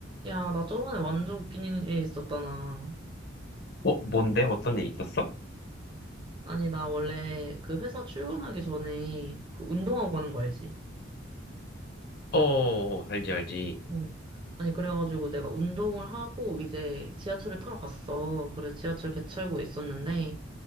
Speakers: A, on the right; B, on the left.
A: 야, 나 저번에 완전 웃긴 일이 있었잖아.
B: 어, 뭔데? 어떤 일 있었어?
A: 아니, 나 원래 그 회사 출근하기 전에 그 운동하고 가는 거 알지?
B: 어, 어, 어, 알지, 알지.
A: 응. 아니, 그래가지고 내가 운동을 하고 이제 지하철을 타러 갔어. 그래서 지하철 개찰구에 있었는데,